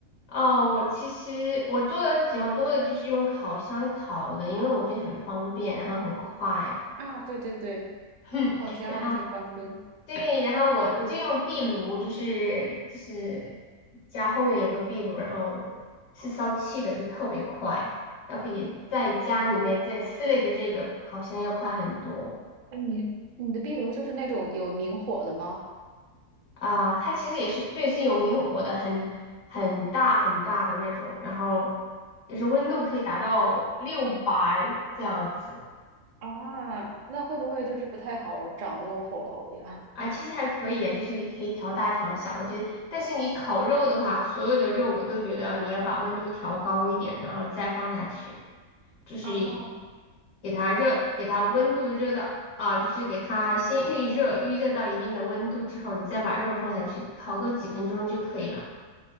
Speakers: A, on the left (about 85°); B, on the right (about 75°).
A: 哦，我其实我做的比较多的就是用烤箱烤的，因为我觉得很方便，然后很快，
B: 啊，对对对，
A: <laughs> 哼，
B: 烤箱还挺方便的。
A: 然后对，然后我我就用壁炉，就是就是家后院有个壁炉，然后是烧气的，就特别快，要比在家里面在室内的这个烤箱要快很多。
B: 哎你你的壁炉就是那种有明火的吗？
A: 啊、它其实也是对，是有明火的，很很大很大的那种，然后就是温度可以达到六百这样子
B: 啊，那会不会就是不太好掌握火候呀？
A: 啊，其实还可以啊，就是你可以调大调小，我觉得，但是你烤肉的话，所有的肉我都觉得你要把温度调高一点，然后再放下去，就是
B: 哦，
A: 给它热，给它温度热到啊、就是给它先预热，预热到一定的温度之后，你再把肉放下去，烤个几分钟就可以了。